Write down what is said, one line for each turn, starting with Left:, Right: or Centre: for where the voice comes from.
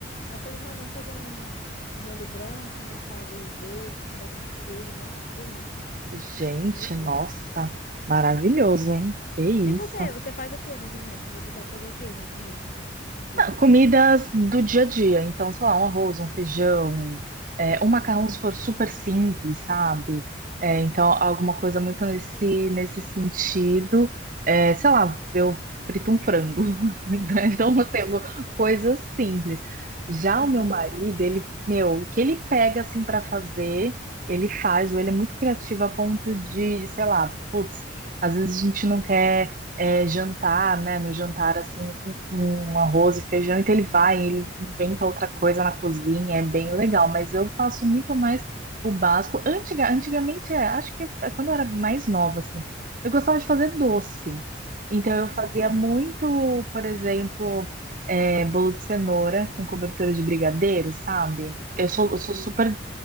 Left: Aí eu falei, não, vamos fazer um, um molho branco, né? Com calabresa e bacon, com bastante queijo. Nossa, que delícia.
Right: Gente,
Left: Meu Deus.
Right: nossa, maravilhoso, hein? Que isso.
Left: E você? Você faz o quê, mais ou menos? Você sabe fazer o quê na comida? Na cozinha?
Right: Comidas do dia a dia, então, sei lá, um arroz, um feijão, é, um macarrão
Left: Sim.
Right: se for super simples, sabe? É, então, alguma coisa muito nesse, nesse sentido. É, sei lá, eu frito um frango. <laughs>
Left: <laughs>
Right: Então, assim, algu- coisas simples. Já
Left: Sim.
Right: o meu marido, ele, meu, o que ele pega, assim, para fazer, ele faz, ou ele é muito criativo a ponto de, sei lá, putz, às vezes a gente não quer é, jantar, né? No jantar, assim, um arroz e feijão, então ele vai, ele
Left: Sim.
Right: inventa outra coisa na cozinha, é bem legal, mas eu faço muito mais o básico. Antiga, antigamente, é, acho que é quando eu era mais nova, assim, eu gostava de fazer doce. Então
Left: Hum,
Right: eu fazia muito, por exemplo, é, bolo de cenoura com cobertura de brigadeiro, sabe? Eu sou,
Left: sim.
Right: eu sou super